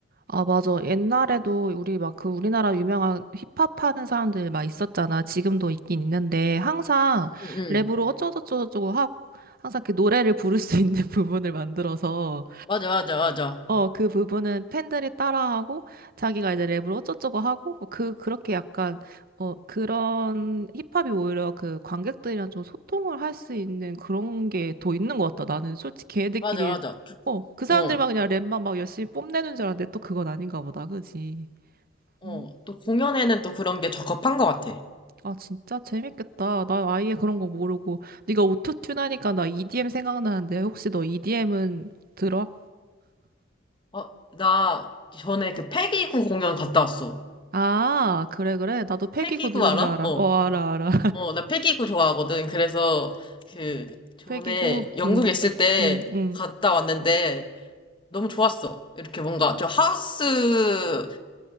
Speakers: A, on the right (about 50°); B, on the left (about 25°).
A: 아, 맞아. 옛날에도 우리 막 그 우리나라 유명한 힙합 하는 사람들 막 있었잖아. 지금도 있긴 있는데 항상
B: 응, 응.
A: 랩으로 어쩌고저쩌고 하고 항상 그 노래를 부를 수 있는 <laughs> 부분을 만들어서
B: 맞아, 맞아, 맞아.
A: 어, 그 부분은 팬들이 따라하고 자기가 이제 랩으로 어쩌고저쩌고 하고 뭐 그 그렇게 약간 어 그런 힙합이 오히려 그 관객들이랑 좀 소통을 할 수 있는 그런 게 더 있는 것 같다. 나는 솔직히 걔네들끼리
B: 맞아, 맞아.
A: 어, 그 사람들만
B: 어,
A: 그냥 랩만 막 열심히 뽐내는 줄 알았는데 또 그건 아닌가 보다. 그지?
B: 어.
A: 음,
B: 또 공연에는 또 그런 게 적합한 것 같아.
A: 아 진짜 재밌겠다. 난 아예 그런 거 모르고 네가 오토튠 하니까 나 EDM 생각나는데 혹시 너 EDM은 들어?
B: 어, 나 전에 그 패기구 공연 갔다 왔어.
A: 아, 그래, 그래. 나도 패기고
B: 패기구
A: 누군지
B: 알아?
A: 알아.
B: 어.
A: 어, 알아, 알아.
B: 어, 나 패기구 좋아하거든. 그래서 그 전에
A: 100이고
B: 영국에
A: 응
B: 있을 때
A: 응응응
B: 갔다 왔는데 너무 좋았어. 이렇게 뭔가 좀 하우스잖아.